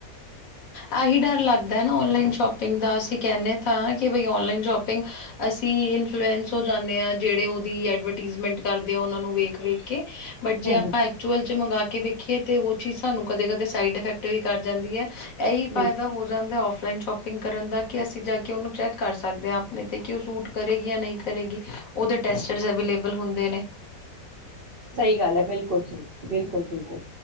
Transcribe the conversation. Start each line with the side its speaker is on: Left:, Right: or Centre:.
Left: ਆਹੀ ਡਰ ਲੱਗਦਾ ਨਾ ਉਨਲਾਈਨ ਸ਼ੋਪਿੰਗ ਦਾ ਅਸੀਂ ਕਹਿੰਨੇ ਤਾਂ ਕਿ ਬਈ ਉਨਲਾਈਨ ਸ਼ੋਪਿੰਗ ਅਸੀਂ ਇਨਫੁਲਐਸ ਹੋ ਜਾਂਨੇ ਆ ਜਿਹੜੇ ਉਹ ਦੀ ਏਡਵਰਟੀਸਮੈਂਟ ਕਰਦੇ ਆ ਉਹਨਾਂ ਨੂੰ ਵੇਖ-ਵੇਖ ਕੇ ਬਟ
Right: ਹੂੰ
Left: ਜੇ ਆਪਾਂ
Right: ਹੂੰ
Left: ਐਕਚੁਅਲ ਚ <unintelligible> ਮੰਗਾ ਕੇ ਵੀ ਦੇਖੀਏ ਤੇ ਉਹ ਚੀਜ਼ ਸਾਨੂੰ ਕਦੇ-ਕਦੇ ਸਾਈਡ ਇਫੈਕਟ ਵੀ ਕਰ ਜਾਂਦੀ ਐ। ਇਹੀ ਫਾਇਦਾ
Right: ਬਿਲਕੁਲ
Left: ਹੋ ਜਾਂਦਾ ਓਫ ਦਾ ਲ ਸ਼ੋਪਿੰਗ ਕਰਨ ਦਾ ਅਸੀਂ ਜਾ ਕੇ ਓਨੂ ਚੈਕ ਕਰ ਸਕਦੇ ਆ ਆਪ ਤੇ ਸੂਟ ਕਰੇਗੀ ਯ ਨ ਕਰੇਗੀ ਓਦੇ ਟਸਟਰ ਅਵੇਬਲ ਹੁੰਦੇ ਨੇ
Right: ਸਹੀ ਗੱਲ ਹੈ ਬਿਲਕੁਲ ਸਹੀ, ਬਿਲਕੁਲ। ਬਿਲਕੁਲ,